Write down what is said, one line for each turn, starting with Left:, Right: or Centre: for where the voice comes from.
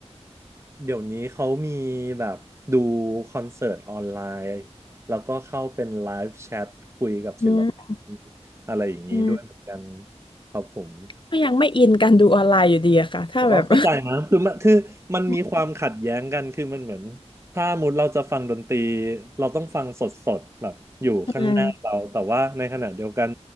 Right: เดี๋ยวนี้เขามีแบบดูคอนเสิร์ตออนไลน์ แล้วก็เข้าเป็นไลฟ์แชทคุยกับศิลปิน
Left: อืม
Right: อะไรอย่างนี้ด้วยเหมือนกัน
Left: อืม
Right: ครับผม
Left: ก็ยังไม่อินกันดูออนไลน์อยู่ดีอะค่ะถ้าแบบ
Right: แต่ก็เข้าใจนะคือมันคือมันมีความขัดแย้งกันคือมันเหมือนถ้ามุดเราจะฟังดนตรี
Left: <laughs>
Right: เราต้องฟังสดสดแบบอยู่ข้างหน้าเราแต่ว่าในขณะเดียวกัน
Left: อืม